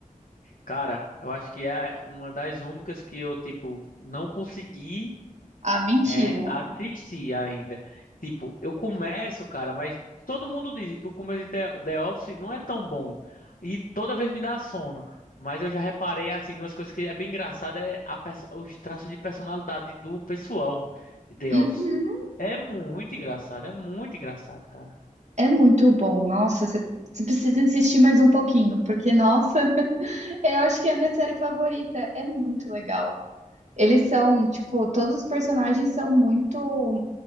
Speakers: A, on the left; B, on the right.
A: Cara, eu acho que é uma das únicas que eu, tipo, não consegui.
B: Ah, mentira.
A: É, assisti ainda. Tipo, eu começo, cara, mas todo mundo diz que o começo de The The Office não é tão bom. E toda vez me dá sono. Mas eu já reparei, assim, umas coisas que é bem engraçada é a perso- os traços de personalidade do pessoal de The
B: Uhum.
A: Office. É muito engraçado, é muito engraçado, cara.
B: É muito bom. Nossa, você, você precisa insistir mais um pouquinho, porque, nossa, <laughs> eu acho que é a minha série favorita. É muito legal. Eles são, tipo, todos os personagens são muito.